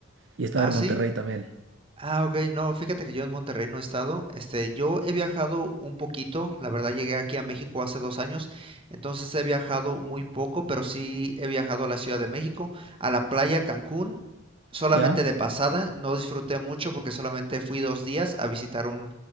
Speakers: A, on the right; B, on the right.
A: y estaba
B: Ah,
A: en
B: sí.
A: Monterrey también.
B: Ah, ok, no, fíjate que yo en Monterrey no he estado. Este, yo he viajado un poquito, la verdad llegué aquí a México hace dos años, entonces he viajado muy poco, pero sí he viajado a la Ciudad de México, a la playa Cancún, solamente
A: ¿Ya?
B: de pasada, no disfruté mucho porque solamente fui dos días a visitar un,